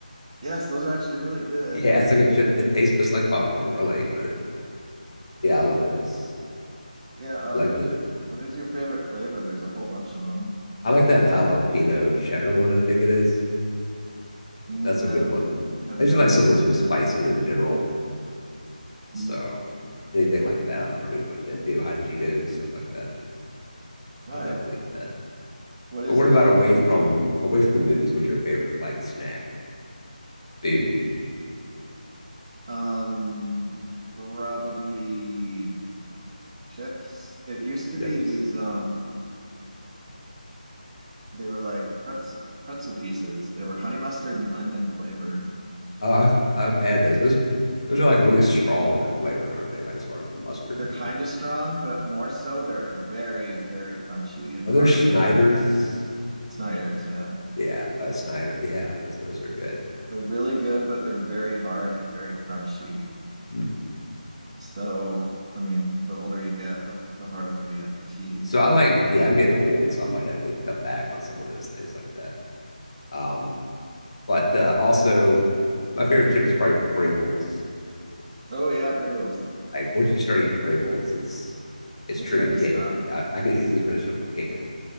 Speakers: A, on the right; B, on the left.
A: Yes, those are actually really good.
B: Yeah, it's like a chip that tastes just like popcorn, really. But it, yeah, I love those.
A: Yeah, uh,
B: I like
A: what is
B: that.
A: your what is your favorite flavor? There's a whole bunch of them.
B: I like that jalapeno cheddar one. I think it is.
A: Mm,
B: That's
A: I
B: a good
A: haven't
B: one.
A: haven't
B: I just
A: done
B: like
A: that
B: something
A: one
B: with some
A: yet.
B: spice in it in general.
A: Mm,
B: So anything like that, I'm pretty much into. Hot Cheetos, stuff like that.
A: all
B: I'll
A: right.
B: definitely eat that.
A: What is
B: But what
A: the
B: about
A: hottest?
B: away from away from the movies? What's your favorite like snack, food,
A: Um, probably chips. It used to be
B: chips?
A: these um they were like pretzel pretzel pieces. They were honey mustard and onion flavored.
B: Oh, I've I've had those. Those those are like really strong though, flavored, aren't they? Like as far as the mustard.
A: They're kind of strong, but more so they're very, very crunchy and
B: Are
A: hard.
B: those Schneiders?
A: Snyder's, yeah.
B: Yeah, uh, Snyder. Yeah, those those are good.
A: They're really good, but they're very hard and very crunchy.
B: Mm.
A: So, I mean, the older you get, the the harder it'll be on your teeth.
B: So I
A: But
B: like, yeah, I'm getting old, so I might have to cut back on some of those things like that. Um, but uh, also my favorite chip is probably Pringles.
A: oh yeah, Pringles.
B: Like once you start eating Pringles, it's it's
A: It's
B: true.
A: hard
B: You
A: to
B: can't.
A: stop.
B: I, I can easily finish up a can